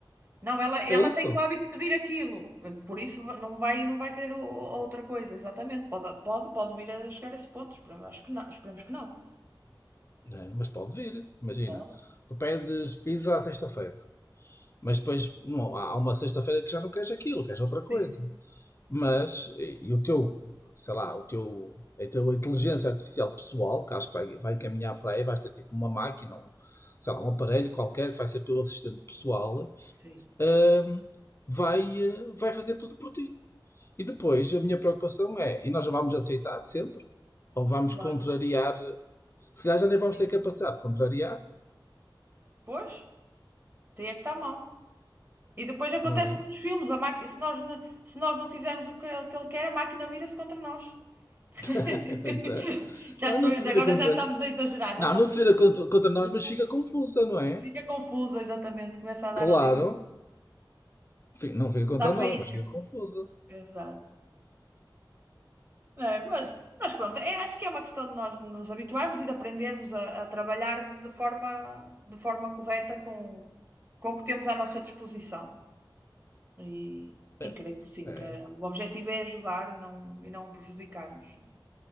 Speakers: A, on the right; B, on the left.
A: Não, ela, ela
B: É isso.
A: tem o hábito de pedir aquilo, por isso va- não vai, não vai querer o- o- outra coisa, exatamente. Pode, pode, pode vir a chegar a esse ponto, esperamos, acho que não, esperamos que não.
B: não é? Mas pode vir. Imagina,
A: Pode,
B: tu pedes pizza à sexta-feira, mas depois não, há há uma sexta-feira que já não queres aquilo, queres outra coisa.
A: sim,
B: Mas, e, e o teu, sei lá, o teu, a tua inteligência artificial pessoal, que acho que vai, vai caminhar para aí, vais ter tipo uma máquina, um, sei lá, um aparelho qualquer que vai ser teu assistente pessoal,
A: sim,
B: hum, vai, eh, vai fazer tudo por ti. E depois a minha preocupação é, e nós já vamos aceitar sempre, ou vamos
A: claro,
B: contrariar, se calhar já nem vamos
A: sim.
B: ter capacidade de contrariar,
A: Pois, tem é que está mal. E depois acontece
B: não é?
A: como nos filmes, a máquina, se nós, ne- se nós não fizermos o que, ele que ele quer, a máquina vira-se contra nós. <laughs>
B: <laughs> Pois é.
A: Já
B: Não,
A: estou,
B: não
A: agora
B: se vira contra
A: já estamos
B: nós.
A: a exagerar,
B: Não,
A: já estamos
B: não se
A: a
B: vira contra, contra nós,
A: imaginar.
B: mas fica confusa, não é?
A: Fica confusa, exatamente, começa a dar
B: Claro,
A: ali,
B: Fi- não fica contra
A: dá faísca.
B: nós, mas fica confusa.
A: Exato. É, mas, mas pronto, é- acho que é uma questão de nós nos habituarmos e de aprendermos a, a trabalhar de, de forma, de forma correta com, com o que temos à nossa disposição. E,
B: É.
A: e creio que sim,
B: É.
A: que o objetivo é ajudar e não, e não prejudicar-nos.